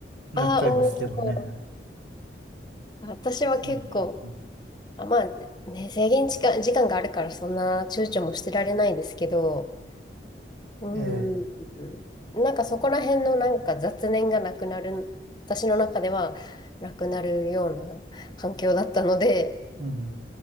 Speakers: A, on the right (about 80°); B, on the left (about 25°).
A: なっちゃいますけどね。
B: あー、おー私は結構、
A: うん、うん
B: あ、まあね、制限時間、時間があるからそんな躊躇もしてられないですけど、うん。
A: ええ、
B: なんかそこら辺のなんか雑念がなくなる、私の中ではなくなるような環境だったので、
A: うん、